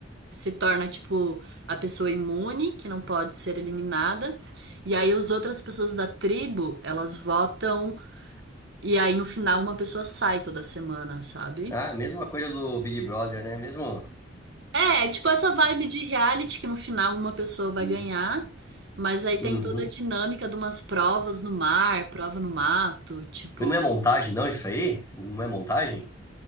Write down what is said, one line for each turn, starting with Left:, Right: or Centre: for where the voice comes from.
Right: se torna, tipo, a pessoa imune, que não pode ser eliminada, e aí as outras pessoas da tribo, elas votam, e aí no final uma pessoa sai toda semana, sabe?
Left: Ah, mesma coisa do Big Brother, né? Mesmo.
Right: É, é tipo essa vibe de reality que no final uma pessoa vai
Left: Sim.
Right: ganhar, mas aí
Left: Uhum.
Right: tem toda a dinâmica de umas provas no mar, prova no mato, tipo,
Left: Mas não é montagem, não, isso aí? Não é montagem?